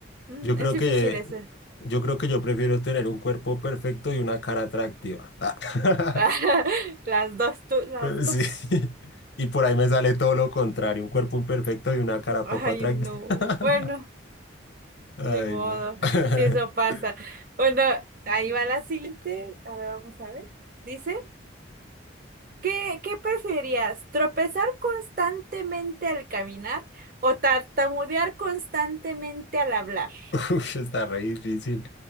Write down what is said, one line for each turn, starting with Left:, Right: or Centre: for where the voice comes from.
Right: mm,
Left: Yo creo
Right: es difícil
Left: que,
Right: ese.
Left: yo creo que yo prefiero tener un cuerpo perfecto y una cara atractiva. Ah. <laughs>
Right: <laughs> Las dos, tú, las
Left: Sí.
Right: dos.
Left: Y por ahí me sale todo lo contrario, un cuerpo imperfecto y una cara
Right: Ay,
Left: poco atractiva.
Right: no.
Left: <laughs>
Right: Bueno.
Left: Ay,
Right: Ni modo,
Left: no. <laughs>
Right: si eso pasa. Bueno, ahí va la siguiente. A ver, vamos a ver. Dice, ¿qué, qué preferías? ¿Tropezar constantemente al caminar o tartamudear constantemente al hablar?
Left: Uf, está re difícil.